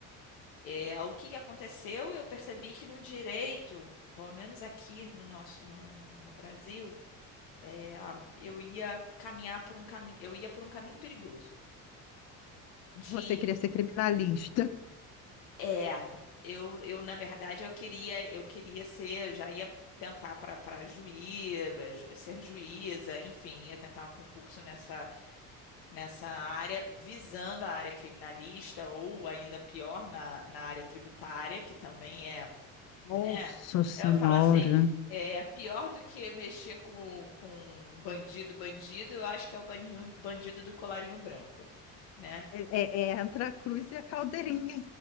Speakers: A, on the left; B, on the left.
A: é, o que que aconteceu? Eu percebi que no direito, pelo menos aqui no nosso, no, no, no Brasil, é, a- eu ia caminhar por um caminho, eu ia por um caminho perigoso. de
B: você queria ser criminalista.
A: É, eu, eu na verdade eu queria eu queria ser, eu já ia tentar para para juiz, ser juíza, enfim, ia tentar um concurso nessa nessa área, visando a área criminalista ou ainda pior na, na área tributária, que também é,
B: Nossa
A: né?
B: Senhora.
A: Eu falo assim, é pior do que mexer com com um bandido, bandido, eu acho que é o bandido, bandido do colarinho branco. né?
B: É, é- é entre a cruz e a caldeirinha.